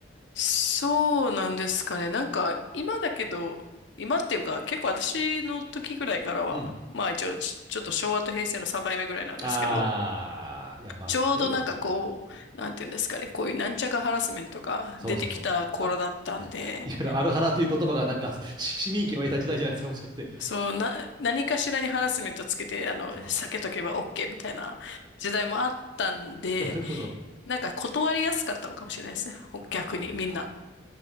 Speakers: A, on the left (about 75°); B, on the right (about 25°).
A: そうなんですかね。なんか、今だけど、今っていうか、結構私の時ぐらいからは、
B: うん。
A: まあ一応ち、ちょっと昭和と平成の境目ぐらいなんですけど、
B: ああ、いや、まっとうですよ、
A: ちょうどなんかこう、
B: まっとう。
A: なんていうんですかね、こういうなんちゃかハラスメントが出てきた頃だったんで、
B: そうそうそう。あ、いわゆるアルハラという言葉がなんか、し市民権を得た時代じゃないですか、もしかして。
A: そう、な、何かしらにハラスメントつけて、あの、
B: そうそう。
A: 避けとけば OK みたいな時代もあったんで、
B: なるほど。
A: なんか断りやすかったのかもしれないですね。ほ逆にみんな。
B: ああ。